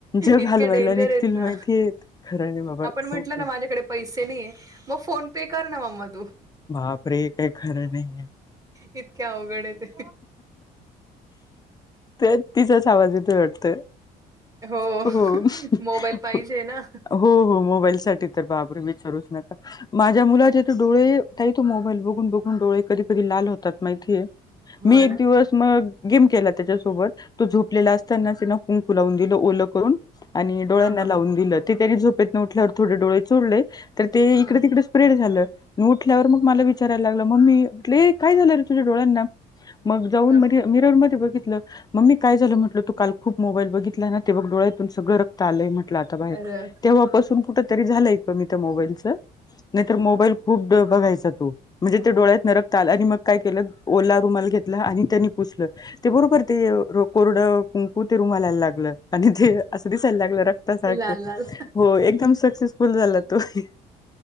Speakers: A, on the left; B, on the right.
A: जग
B: इतके
A: हालवायला
B: डेंजर
A: निघतील
B: आहेत ना.
A: माहितीय. खराय ये बाबा
B: आपण
A: <unintelligible>
B: म्हटलं ना माझ्याकडे पैसे नहीये म फोन पे कर ना मम्मा तू.
A: बापरे काय खरं नाहीय.
B: इतके अवघड ते.
A: तर तिचाच आवाज येतो वाटतं.
B: हो.
A: हो
B: मोबाईल पाहिजे ना.
A: हो हो मोबाईल साठी तर बापरे विचारूच नका. माझ्या मुलाचे त डोळे ताई तो मोबाईल बघून-बघून डोळे कधी-कधी लाल होतात माहितीय.
B: हो
A: मी एक
B: ना
A: दिवस मग गेम केला त्याच्यासोबत तो झोपलेला असताना हेना कुंकू लावून दिलं ओल करून. आणि डोळ्यांना
B: हा हा
A: लावून
B: हा
A: दिलं ते त्यानी झोपेतन उठल्यावर थोडे डोळे चोडले तर ते इकडे
B: ह
A: तिकडे. स्प्रेड झालं उठल्यावर मग माला विचारायला लागला मम्मी, म्हटले ये काय झालं रे तुझ्या डोळ्यांना. मग जाऊन
B: ह
A: म मिरवर मध्ये बघितलं मम्मी काय झालं म्हटलं तू काल खूप मोबाईल बघितला ना. ते बग डोळ्यातून सगळं रक्त आलंय म्हटलं आता बाहेर,
B: अरे वाह!
A: तेव्हापासून कुठ तरी झालंय कमी त्या मोबाईलच. नाही तर मोबाईल खूप द बघायचा तो म्हणजे ते डोळ्यात न रक्त आल आणि मग काय केलं ओला रुमाला घेतला आणि त्यानी पुसलं ते बरोबर ते कोरडं कुंकू ते रुमालाला लागलं,. आणि ते असं दिसायला लागलं रक्तासारख
B: लाल लाल
A: हो एकदम सक्सेस. फुल झाला तो ही!